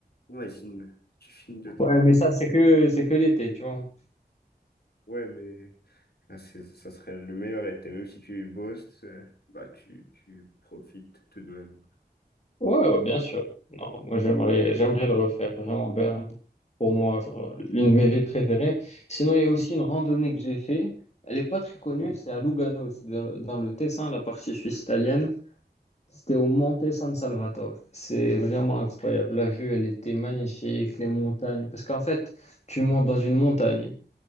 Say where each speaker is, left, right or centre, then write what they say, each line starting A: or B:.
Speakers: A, on the left; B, on the left.
A: Imagine, tu finis de ton...
B: Ouais, mais ça, c'est que, c'est que l'été, tu vois.
A: Ouais, mais ah, c'est- ça serait le meilleur été. Même si tu bosses, euh, bah, tu, tu profites tout de même.
B: Ouais, ouais, bien sûr. Non, moi j'aimerais j'aimerais le refaire vraiment bien pour moi, genre l'une de mes villes préférées. Sinon, il y a aussi une randonnée que j'ai fait. Elle est pas très connue, c'est à Lugano, c'est dans, dans le Tessin, la partie suisse italienne. C'était au Monte San Salvatore. C'est vraiment incroyable. La vue, elle était magnifique, les montagnes. Parce qu'en fait, tu montes dans une montagne